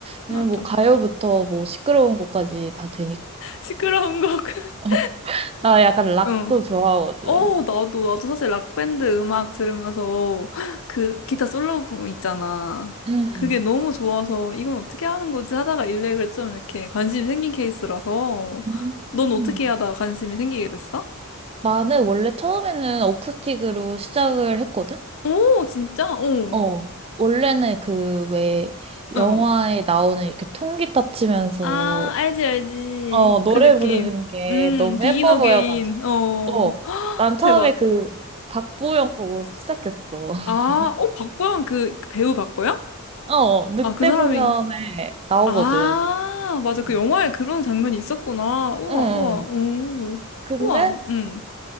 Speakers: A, on the right; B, on the left.
A: 왜냐면
B: 맞아.
A: 뭐 가요부터 뭐 시끄러운 것까지 다 되니까.
B: 시끄러운 곡. <laughs>
A: <laughs> 나 약간 락도
B: 응.
A: 좋아하거든.
B: 어, 나도, 나도 사실 락밴드 음악 들으면서 <laughs> 그 기타 솔로 부분 있잖아.
A: 음.
B: 그게 너무 좋아서 이건 어떻게 하는 거지 하다가 일렉을 좀 이렇게 관심이 생긴 케이스라서
A: 음.
B: 넌 어떻게 하다가 관심이 생기게 됐어?
A: 나는 원래 처음에는 어쿠스틱으로 시작을 했거든?
B: 오, 진짜? 오,
A: 어, 원래는 그 왜 영화에
B: 어.
A: 나오는 이렇게 통기타 치면서
B: 아, 알지, 알지.
A: 어 노래
B: 그 느낌.
A: 부르는 게
B: 음,
A: 너무
B: 비긴
A: 예뻐
B: 어게인.
A: 보여가지고
B: 어,
A: 어,
B: <gasps>
A: 난
B: 대박.
A: 처음에 그 박보영 보고 시작했어. <laughs>
B: 아, 어, 박보영 그 배우 박보영?
A: 어 늑대소년에
B: 아, 그 사람이.
A: 나오거든.
B: 아, 맞아. 그
A: 음.
B: 영화에 그런 장면이 있었구나. 우와,
A: 응. 응.
B: 우와, 오.
A: 근데
B: 우와, 음,